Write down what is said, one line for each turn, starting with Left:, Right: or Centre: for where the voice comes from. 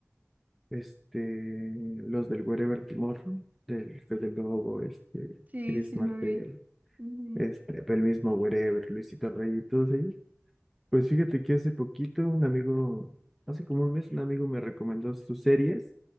Centre: este los del Wherever Tomorrow, del Fede Lobo, este,
Right: Sí,
Centre: Chris
Right: sí
Centre: Martel,
Right: lo vi. Ujú.
Centre: este, el mismo Wherever, Luisito Rey y todos ellos. Pues fíjate que hace poquito un amigo, hace como un mes, un amigo me recomendó sus series